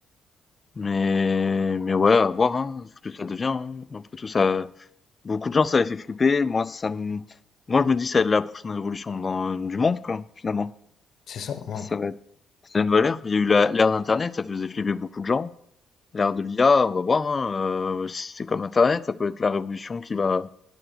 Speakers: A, on the left (about 30°); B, on the left (about 60°).
A: Mais, mais ouais, à voir, hein, ce que ça devient. Hein. Après tout, ça, beaucoup de gens, ça les fait flipper. Moi, ça me, moi, je me dis, ça va être la prochaine révolution dans- du monde, quoi, finalement.
B: C'est ça, ouais.
A: Ça va être, ça a une valeur. Il y a eu la- l'ère d'Internet, ça faisait flipper beaucoup de gens. L'ère de l'IA, on va voir, hein, euh, si c'est comme Internet, ça peut être la révolution qui va